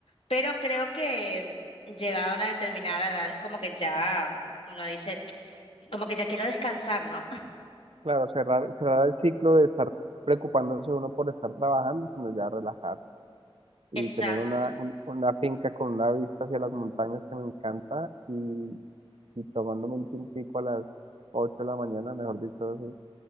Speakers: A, on the left (about 75°); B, on the right (about 80°).
A: pero creo que llegada a una determinada edad es como que ya uno dice, como que ya quiero descansar, ¿no?
B: Claro, cerrar, cerrar el ciclo de estar preocupándose uno por estar trabajando, sino ya relajar y
A: <laughs> Exacto.
B: tener una, un- una finca con una vista hacia las montañas que me encanta y, y tomándome un tintico a las 8 de la mañana, mejor dicho, es